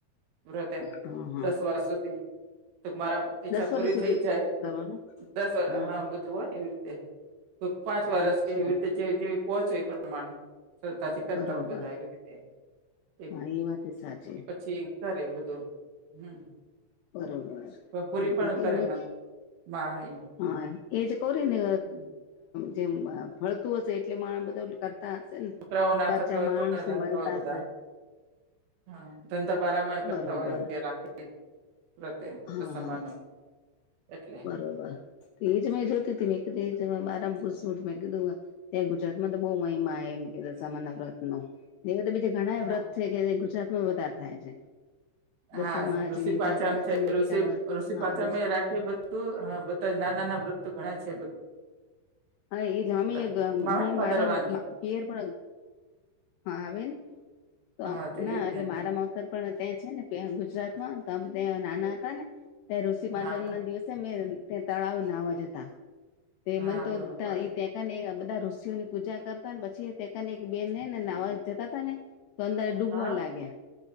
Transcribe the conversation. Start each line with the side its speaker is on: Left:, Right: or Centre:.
Right: વ્રતે
Left: હા હા
Right: દસ વર્ષ સુધી તો મારા ઈચ્છા
Left: દસ
Right: પૂરી
Left: વર્ષ સુધી
Right: થઈ જાય
Left: કરવાનું
Right: દસ વર્ષ
Left: હમ
Right: હા બધું હોય ને એવી રીતે. કો પાંચ વર્ષ
Left: અચ્છા
Right: કે એવી રીતે જેવી જેવી પોહોચે એ પ્રમાણે શતાથી. કરતા
Left: બરોબર
Right: હોય બધા એવી રીતે એક
Left: હા એ વાત સાચી
Right: પછી. સરરે બધું હમ.
Left: બરોબર <unintelligible>
Right: પૂરી પણ કરે
Left: અમે.
Right: માનતા બ એ
Left: હા એ જે ક ને
Right: હમ.
Left: જેમ ફળતું હશે એટલે માણ બધા હશે ને
Right: છોકરાઓ ના
Left: પરચા
Right: થતા હોય
Left: માણસ
Right: તો પણ
Left: ને
Right: રાખતા
Left: મળતા
Right: હોય બધા
Left: હશે.
Right: હા ત તો બરામા કરતા
Left: બરોબર
Right: વયમ કે રાખે પ્રતેસમાનો
Left: હા હા
Right: એટલે
Left: બરોબર એ જ મે જોતી હતી મેં કીધ એ બારમાં પૂછવું મેં કીધું. ત્યાં ગુજરાત માં તો બહુ મહિમા એમ કે દશામાના વ્રતનો એવા તો બીજા ઘણા
Right: હા
Left: વ્રત છે કે જે ગુજરાતમાં વધારે થાય છે. દશામાં
Right: હા ઋષિ
Left: જીવતા
Right: પાચમ છે
Left: જીવંતિકા
Right: ઋષિ ઋષિ
Left: હા
Right: પાચા
Left: રોજ
Right: રાખ બધું હા બધા ના નાના વ્રત ઘણા છે.
Left: હા એટલે અમે
Right: બધા આવે
Left: હું
Right: ને ભદરવાની
Left: મારા પિયર પણ હા આવે તો
Right: હા
Left: ના
Right: એજ
Left: એટલે
Right: ને
Left: મારામાં પણ ત્યાં છે ને ગુજરાતમાં તોમે ત્યાં નાના હતા ને ત્યાં ઋષિ પાચમ
Right: હા
Left: ના દિવસે મેં ત્યાં તળાવ નાહવા જતા તે
Right: હા
Left: મને તો
Right: બરોબર
Left: ને બધા ઋષિઓની પૂજા કરતા ને પછી ંને એક બેન ને ને નાહવા જતા હતાા ને તો અંદર ડૂબવા
Right: હા
Left: લાગ્યા